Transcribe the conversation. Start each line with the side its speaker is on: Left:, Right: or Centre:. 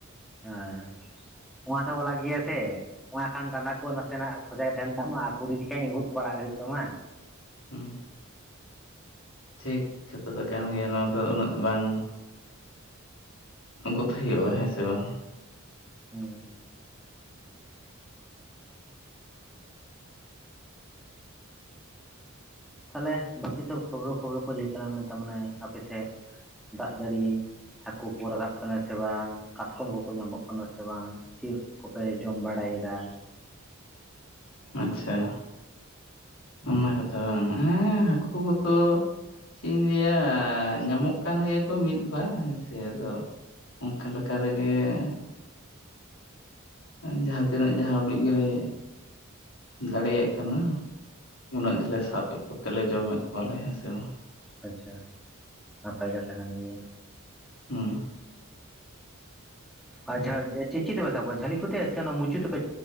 Centre: ᱦᱮᱸᱻ ᱱᱚᱣᱟ ᱛᱮᱦᱚᱸ ᱠᱚ ᱞᱟᱝ ᱜᱮᱭᱟ ᱥᱮ ᱚᱱᱟ ᱠᱷᱟᱱ ᱰᱟᱸᱰᱟ ᱠᱚ ᱱᱟᱥᱮᱱᱟᱜ ᱥᱚᱡᱟ ᱜᱤ ᱛᱟᱦᱮᱱ ᱛᱟᱢᱟ ᱟᱨ ᱠᱩᱰᱤ ᱦᱮᱸ ᱤᱸᱜᱩᱫ ᱵᱟᱲᱟᱜ ᱦᱩᱭᱩᱜ ᱛᱟᱢᱟ᱾
Left: ᱦᱩᱸᱻ ᱴᱷᱤᱠ ᱠᱟᱛᱷᱟ ᱫᱚ ᱠᱟᱱ ᱜᱮᱭᱟ ᱱᱚᱣᱟ ᱫᱚ ᱩᱱᱟᱹᱜ ᱵᱟᱝ, ᱩᱸᱜᱚᱫ ᱦᱩᱭᱩᱜ-ᱟ ᱦᱮᱸ ᱥᱮ ᱵᱟᱝ᱾
Centre: ᱦᱮᱸ ᱛᱟᱦᱚᱞᱮ ᱵᱟᱹᱠᱤ ᱥᱚᱵ ᱠᱷᱚᱵᱨᱚ ᱠᱷᱚᱵᱨᱚ ᱠᱚ ᱞᱟᱹᱭ ᱛᱟᱞᱟᱝ ᱢᱮ ᱛᱟ ᱢᱟᱱᱮ ᱟᱯᱮ ᱥᱮᱫ ᱫᱟᱜ ᱡᱟᱹᱲᱤ ᱦᱟᱹᱠᱩ ᱠᱩ ᱨᱟᱠᱟᱵ ᱠᱟᱱᱟ ᱥᱮ ᱵᱟᱝ ᱠᱟᱴᱠᱚᱢ ᱠᱚᱠᱚ ᱧᱟᱢᱚᱜ ᱠᱟᱱᱟ ᱥᱮ ᱵᱟᱝ ᱾ ᱪᱮᱫ ᱠᱚᱯᱮ ᱡᱚᱢ ᱵᱟᱲᱟᱭᱮᱫᱟ?
Left: ᱟᱪᱷᱟ ᱚᱱᱟ ᱠᱟᱛᱷᱟ ᱵᱟᱝ ᱦᱮᱸ ᱦᱟᱹᱠᱩ ᱠᱚᱫᱚ ᱾ ᱪᱮᱫ ᱤᱧ ᱞᱟᱹᱭᱟ ᱧᱟᱢᱚᱜ ᱠᱟᱱ ᱜᱮᱭᱟ ᱠᱚ ᱢᱤᱫ ᱵᱟᱨ ᱦᱮᱸᱥᱮ ᱟᱫᱚ ᱾ ᱚᱱᱠᱟ ᱞᱮᱠᱟ ᱨᱮᱜᱮ ᱾ ᱡᱟᱦᱟᱸ ᱛᱤᱱᱟᱹᱜ ᱡᱟᱦᱟᱸ ᱩᱰᱩᱡ ᱜᱮᱞᱮ ᱫᱟᱲᱮᱭᱟᱜ ᱠᱟᱱᱟ ᱾ ᱩᱱᱟᱹᱜ ᱜᱮᱞᱮ ᱥᱟᱵᱫ ᱠᱮᱫ ᱠᱚ ᱛᱮᱞᱮ ᱡᱚᱢᱮᱫ ᱠᱚᱣᱟᱞᱮ ᱦᱮᱸ ᱥᱮ ᱵᱟᱝ ᱾
Centre: ᱟᱪᱷᱟ ᱱᱟᱯᱟᱭ ᱠᱟᱛᱷᱟ ᱠᱟᱱ ᱜᱮᱭᱟ ᱾
Left: ᱦᱩᱸ ᱾
Centre: ᱟᱪᱷᱟ ᱪᱮᱫ ᱛᱮᱯᱮ ᱥᱟᱵ ᱠᱚᱣᱟ ᱡᱷᱟᱹᱞᱤ ᱠᱚᱛᱮ ᱥᱮ ᱚᱱᱟ ᱢᱩᱪᱩ ᱛᱮᱯᱮ